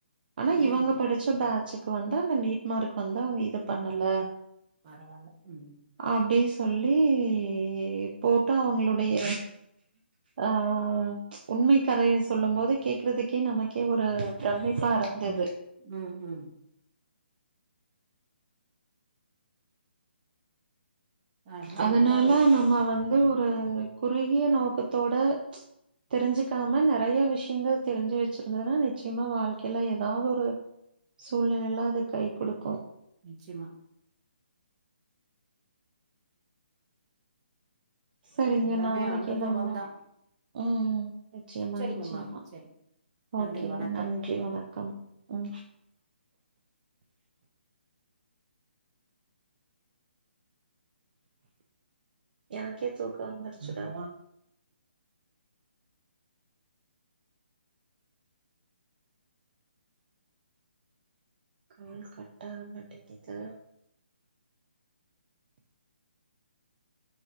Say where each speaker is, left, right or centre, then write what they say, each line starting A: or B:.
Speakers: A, on the right; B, on the right.
A: ஆனா
B: ம்
A: இவங்க படிச்ச பேட்சுக்கு வந்து அந்த நீட் மார்க் வந்து அவங்க இது பண்ணல
B: பரவால்ல உம்
A: அப்டி சொல்லிப் போட்டு அவ்ங்களுடைய ஆ உண்மை கதைய சொல்லும்போது கேக்குறதுக்கே நமக்கே ஒரு ப்ரமிப்பா ருந்தது
B: ம் ம் ஆ எல்லா
A: அதனால
B: நல்லா
A: நம்ம வந்து ஒரு குறுகிய நோக்கத்தோட தெரிஞ்சுக்காம நெறையா விஷ்யுங்கள் தெரிஞ்சு வச்சிருந்தானா நிச்சயமா வாழ்க்கையில ஏதாவொரு சூழ்நிலையில அது கை குடுக்கு
B: நிச்சிமா
A: சரிங்க
B: எல்லாமே
A: நாளைக்கே
B: அனுபவந்தா
A: நம்ம ம் நிச்சயமா
B: செரிங்கம்மா
A: நிச்சயமா
B: செரி நன்றி
A: ஓகேங்க
B: வணக்கம்
A: நன்றி வணக்கம் ம் எனக்கே தூக்கோ வந்துருச்சுடா கால் கட் ஆக மாட்டேங்குது